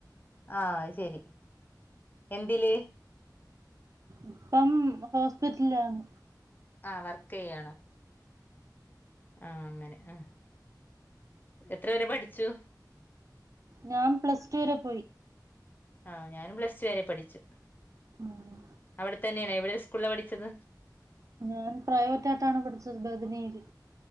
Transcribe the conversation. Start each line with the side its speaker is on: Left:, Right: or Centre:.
Left: ആഹ് ശരി എന്തില്
Right: ഇപ്പം ഹോസ്പിറ്റലിലാണ്
Left: ആഹ് വർക്ക് ചെയ്യണോ ആഹ് അങ്ങനെ ആ എത്ര വരെ പഠിച്ചു
Right: ഞാൻ പ്ലസ് ടുൂ വരെ പോയി
Left: ആഹ് ഞാനും പ്ലസ് ടു വരെ പഠിച്ചു
Right: ഉം.
Left: അവിടെ തന്നെയാണ് എവിടെ സ്കൂളില പഠിച്ചത്
Right: ഞാൻ പ്രൈവറ്റയിട്ടാണ് പഠിച്ചത് ബത്മില്